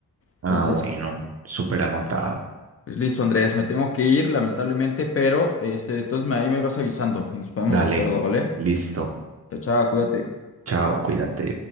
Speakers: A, on the right; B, on the left.
A: Ah,
B: Entonces,
A: bueno, súper anotado.
B: pues listo, Andrés, me tengo que ir, lamentablemente, pero este, entonces me- ahí me vas avisando y nos ponemos
A: Dale,
B: de acuerdo, ¿vale?
A: listo.
B: Chao, chao, cuídate.
A: Chao, cuídate.